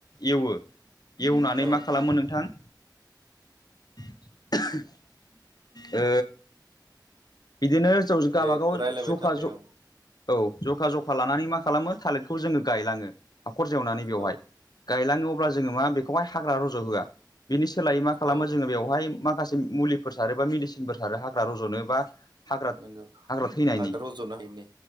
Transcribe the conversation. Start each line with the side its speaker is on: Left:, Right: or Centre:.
Left: एवो एवनानै
Right: औ
Left: मा खालामो नोंथां <inaudible> ओ बिदिनो हिनजाव गावाबागाव
Right: दे रायलायबाय
Left: जखा
Right: था दे
Left: ज
Right: औ
Left: औ जखा जखा लानानै मा खालामो थालिरखौ जोङो गायलाङो हाखर जवनानै बेवहाय
Right: औ
Left: गायलानो अब्ला जोङो मा बेखौहाय हाग्रा रज' होआ बिनि सोलायै मा खालामो
Right: औ
Left: जोङो बेवहाय माखासे मुलिफोर सारो बा मेडिसिनफोर सारो हाग्रा रज'नो बा हाग्रा
Right: नंगौ
Left: हाग्रा थैनायनि
Right: हाग्रा रज'नो हायिनि